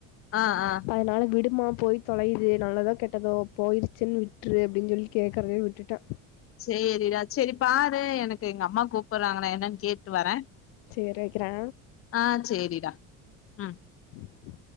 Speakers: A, on the left (about 40°); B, on the left (about 75°).
A: ஆ ஆ
B: ம்ச் அதனால விடுமா போய் தொலைையுது நல்லதோ கெட்டதோ போயிருச்சுன்னு விட்ரு அப்டின்னு சொல்லி கேக்கறதே விட்டுட்ட
A: சேரிடா சேரி பாரு எனக்கு எங்க அம்மா கூப்பிடுறாங்க நா என்னன்னு கேட்டு வரே
B: சேரி வைக்கிறே
A: ஆ சேரிடா ம்
B: உ <inaudible>